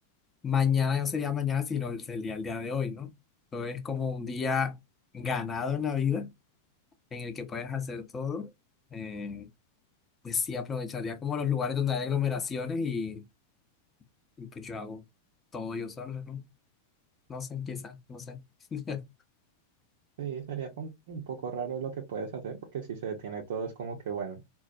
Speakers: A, on the left; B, on the right.
A: mañana no sería mañana, sino el- sería el día de hoy, ¿no? Entonces es como un día ganado en la vida, en el que puedes hacer todo. Eh, Pues sí, aprovecharía como los lugares donde hay aglomeraciones y, y pues yo hago todo yo solo, ¿no? No sé, quizás, no sé. <laughs>
B: Sí, sería como un poco raro lo que puedes hacer porque si se detiene todo es como que bueno.